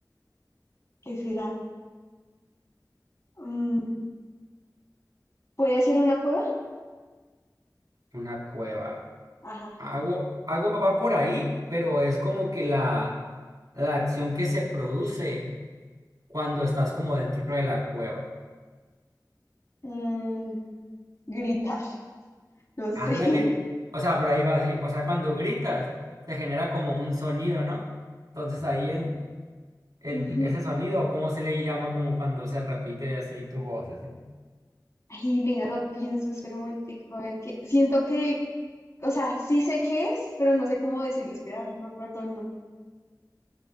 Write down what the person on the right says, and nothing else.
una cueva.
hago hago va por ahí, pero es como que la, la acción que se produce cuando estás como dentro de la cueva.
Ándale.
O sea, por ahí va así. O sea, cuando gritas, se genera como un sonido, ¿no? Entonces ahí el, el,
ese sonido, ¿cómo se le llama? Como cuando se repite así tu voz y así.